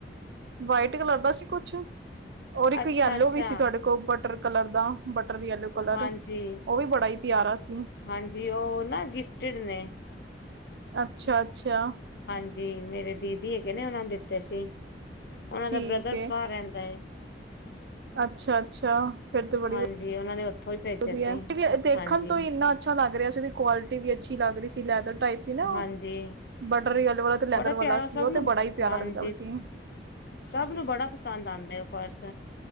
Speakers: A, on the right; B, on the left.
A: ਵਾਈਟ ਕਲਰ ਦਾ ਸੀ ਕੁਛ ਔਰ ਇੱਕ
B: ਅੱਛਾ
A: ਯੇਲੋ
B: ਅੱਛਾ
A: ਵੀ ਸੀ ਤੁਹਾਡੇ ਕੋਲ ਬਟਰ ਕਲਰ ਦਾ। ਬਟਰ ਦੀ ਐਲੋ ਕਲਰ,
B: ਹਾਂਜੀ
A: ਉਹ ਵੀ ਬੜਾ ਹੀ ਪਿਆਰਾ ਸੀ।
B: ਹਾਂਜੀ, ਉਹ ਨਾ ਗਿਫਟੀਡ ਨੇ।
A: ਅੱਛਾ-ਅੱਛਾ।
B: ਹਾਂਜੀ, ਮੇਰੇ ਦੀਦੀ ਹੈਗੇ ਨੇ ਉਹਨਾਂ ਨੇ ਦਿੱਤੇ ਸੀ। ਉਹਨਾਂ
A: ਠੀਕ
B: ਦਾ ਬ੍ਰਦਰ ਬਾਰ ਰਹਿੰਦਾ ਏ।
A: ਅੱਛਾ-ਅੱਛਾ, ਫਿਰ ਤੇ ਬੜੀ
B: ਹਾਂਜੀ
A: ਵਧੀਆ।
B: ਉਹਨਾਂ ਨੇ ਉੱਥੋਂ ਹੀ ਭੇਜੇ ਸੀ
A: ਦੇਖਣ
B: ਹਾਂਜੀ
A: ਤੋਂ ਹੀ ਇੰਨਾ ਅੱਛਾ ਲੱਗ ਰਿਹਾ ਸੀ। ਉਹਦੀ ਕੁਆਲਿਟੀ ਵੀ ਅੱਛੀ ਲੱਗਹੀ ਸੀ ਲੈਦਰ ਟਾਈਪ ਸੀ ਨਾ
B: ਹਾਂਜੀ
A: ਉਹ, ਬਟਰ ਹੀ ਆ ਵਾਲਾ ਤੇ ਲੈਦਰ
B: ਬੜਾ
A: ਵਾਲਾ
B: ਪਿਆਰਾ
A: ਸੀ,
B: ਸਭ
A: ਉਹ ਤੇ
B: ਨੂੰ
A: ਬੜਾ ਹੀ ਪਿਆਰਾ
B: ਹਾਂਜੀ
A: ਲੱਗਦਾ ਪਿਆ ਸੀ।
B: ਸਭ ਨੂੰ ਬੜਾ ਪਸੰਦ ਆਉਂਦੇ ਉਹ ਪਰਸ।